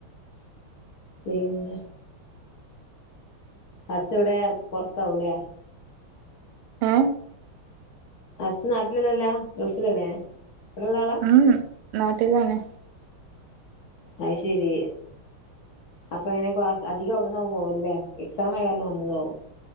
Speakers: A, on the left; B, on the right.
A: പിന്നെ ഹസ്സ് വ്ടേ പൊറത്താവൂലേ?
B: ഏ?
A: ഹസ്സ് നാട്ടിലല്ലല്ലാ ഗൾഫിലല്ലേ, ഇവിടെള്ളാളാ?
B: ഉം നാട്ടിലാണ്
A: അയ് ശരി. അപ്പൊ എങ്ങനെ ക്ലാസ്സ്, അധികം അവിട്ന്നാവും പോകല് ലേ? എക്സായ കാരണം വന്നതാവും.